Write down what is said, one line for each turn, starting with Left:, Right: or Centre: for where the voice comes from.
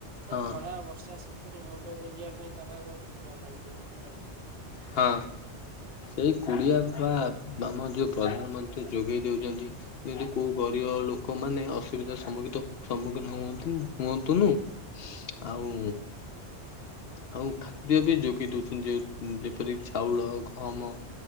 Left: ହଁ।
Right: ଖରା, ବର୍ଷା, ଶୀ ଟିକିଏ ମୁଣ୍ଡ ଗୁଞିବା ପାଇଁ ତାଙ୍କୁ ଆଗ ଖଟିଆ ମଳିଯିବ, ବୁଝିପାରିଲେ?
Left: ହଁ ଏଇ କୁଡିଆ ପା, ଆମ ଯୋଉ ପ୍ରଧାନମନ୍ତ୍ରୀ ଯୋଗେଇ ଦେଉଚନ୍ତି। ଯେମତି, କୋଉ ଗରିବ ଲୋକମାନେ, ଅସୁବିଧା ସମ୍ମୁଖୀତ ସମ୍ମୁଖୀନ ହୁଅନ୍ତୁ, ହୁଅନ୍ତୁନୁ। ଆଉ ଆଉ ଖାଦ୍ୟ ବି ଯୋଗାଇ ଦଉଚନ୍ତି। ଯେ ଯେପରି ଚାଉଳ, ଗହମ